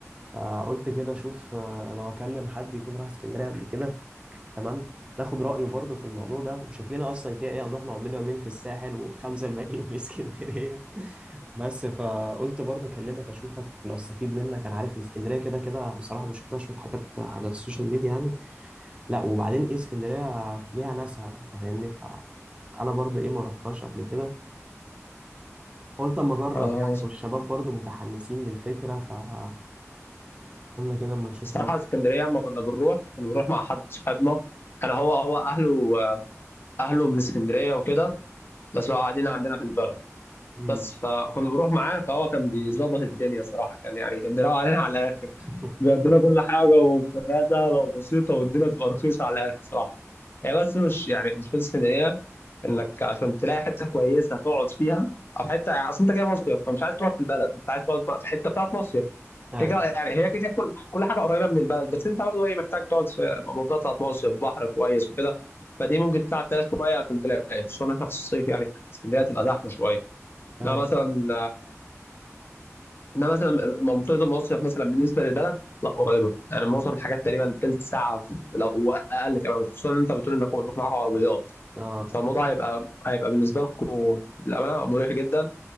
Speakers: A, on the right; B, on the left.
A: فقلت كده أشوف آه، لو أكلم حد يكون راح اسكندرية قبل كده تمام ناخد رأيه برضو في الموضوع ده وشكلنا أصلا كده إيه هنروح نقعد لنا يومين في الساحل والخمسة الباقيين في اسكندرية <laughs> بس فقلت برضو أكلمك أشوفك لو استفيد منك أنا عارف إن اسكندرية كده كده بصراحة بشوف لها شوية حاجات على السوشيال ميديا يعني لا وبعدين إيه اسكندرية ليها ناسها أنت فاهمني انا برضو ايه ما رحتهاش قبل كده قلت اما اجرب
B: آه،
A: يعني والشباب برضو متحمسين للفكره فقلنا كده اما نشوف
B: صراحة
A: ايه
B: اسكندرية لما كنا بنروح كنا بنروح مع حد صاحبنا أنا هو هو أهله آه، أهله من اسكندرية وكده بس هو قاعدين عندنا في البلد
A: امم
B: بس فكنا بنروح معاه فهو كان بيظبط الدنيا صراحه كان يعني كان بيراعي علينا على الاخر
A: <laughs>
B: بيدينا كل حاجه وبطريقه سهله وبسيطه والدنيا بتبقى رخيصه على الاخر صراحه هي بس مش يعني مش في اسكندريه انك عشان تلاقي حته كويسه تقعد فيها او حته يعني اصل انت جاي مصيف فمش عايز تقعد في البلد انت عايز تقعد بقى في حته بتاعت مصيف
A: ايوه
B: كده يعني هي كده كل كل حاجه قريبه من البلد بس انت برضه ايه محتاج تقعد في منطقه بتاعت مصيف بحر كويس وكده فدي ممكن تتعب فيها شويه عشان تلاقي خصوصا احنا في الصيف يعني اسكندريه تبقى زحمه شويه لا
A: ايوه
B: مثلا انا مثلا منطقه المصيف مثلا بالنسبه للبلد لا قريبه يعني معظم الحاجات تقريبا تلت ساعه في لو اقل كمان خصوصا ان انت بتقول انك انكم معاكم عربيات
A: اه
B: فالموضوع هيبقى هيبقى بالنسبه لكم للامانه مريح جدا